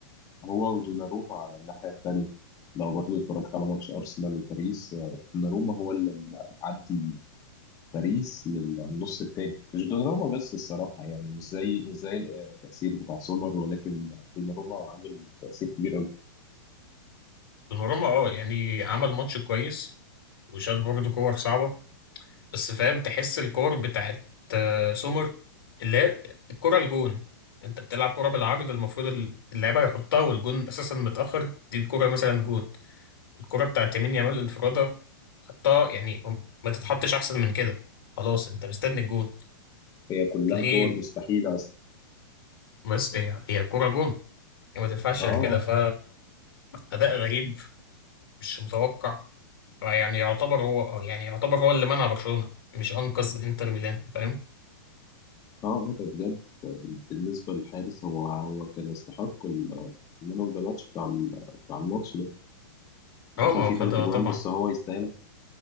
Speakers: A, on the left; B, on the left.
A: هو ودوناروما على الناحيه الثانيه لو برضه اتفرجت على ماتش ارسنال وباريس آه، دوناروما هو اللي م- معدي باريس للنص الثاني مش دوناروما بس الصراحه يعني مش زي مش زي آه، التاثير بتاع سومر ولكن دوناروما عامل تاثير كبير
B: دوناروما اه يعني عمل ماتش كويس وشال برضه كور صعبة بس فاهم تحس الكور بتاعت آه، سومر اللي هي الكرة الجون انت بتلعب كرة بالعرض المفروض اللعيبة يحطها والجون اساسا متأخر دي الكرة مثلا جون الكرة بتاعت يمين يامال انفرادة حطها يعني هم- ما تتحطش احسن من كده خلاص انت مستني الجون
A: هي كلها
B: تلاقيه
A: كور مستحيلة أصلا
B: بس هي هي كرة جون يعني ما تنفعش
A: اه
B: غير كده ف أداء غريب مش متوقع فيعني يعتبر هو آه، يعني يعتبر هو اللي منع برشلونة مش أنقذ انتر ميلان فاهم
A: اه اه آه، ده بجد بالنسبة للحارس هو هو كان يستحق ال- المان اوف ذا ماتش بتاع ال- بتاع الماتش ده
B: اه
A: دخل
B: ما هو
A: فيه
B: خدها
A: ثلاث اجوان
B: طبعا
A: بس هو يستاهلها